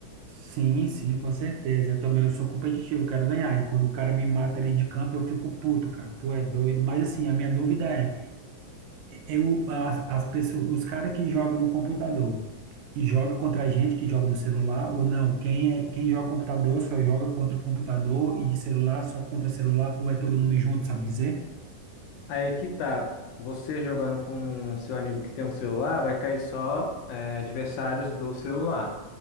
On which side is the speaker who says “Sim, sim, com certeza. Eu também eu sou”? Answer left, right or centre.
Right